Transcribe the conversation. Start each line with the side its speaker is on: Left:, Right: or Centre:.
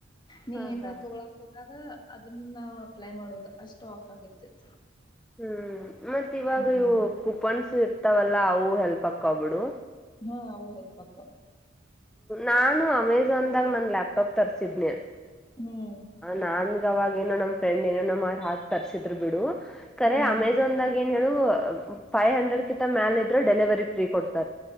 Centre: ಹ್ಮ್
Left: ನೀ ಏಂದ
Centre: ಹ್ಮ್ ಹ್ಮ್
Left: ತೊಳಕ್ ಹೋದಾಗ ಅದನ್ನ ನಾವವು ಅಪ್ಲೈ ಮಾಡೋದು ಅಷ್ಟು ಆಫ್ ಆಗಿರ್ತೇತಿ
Centre: ಹ್ಮ್ ಮತ್ತತ್ ಇವಾಗ
Left: ಹ್ಮ್
Centre: ಇವು ಕುಪನ್ಸು ಇರ್ತಾವಲ್ಲ ಎಲ್ಪಕ್ಕೋಗ್ಬಿಡು
Left: ಹಾ ವು ಹೆಲ್ ಪಕ್ಕ
Centre: ನಾನು ಅಮೆಜಾನ್ದಾಗ ನನ್ ಲ್ಯಾಪ್ಟಾಪ್ ತರ್ಸಿದನಿ
Left: ಹ್ಮ್
Centre: ನನ್ ಅವಾಗ ೋ ನ್ ಫ್ರೆಂಡ್ ಏನೇನೋ ಮಾಡ್ ಹಾಕಕ್ ತರ್ಸಿದ್ರು ಬಿಡು ಕರೆ
Left: ಹ್ಮ್
Centre: ಅಮೆಜಾನ್ದಾಗ ಏನ್ ಹೇಳು ಫೈವ್ ಹಂಡ್ರೆಡ್ ಕಿಂತ ಮೇಾಲ ಇದ್ರೆ ಡೆಲಿವರಿ ್ರೀ ಕೊಡ್ತ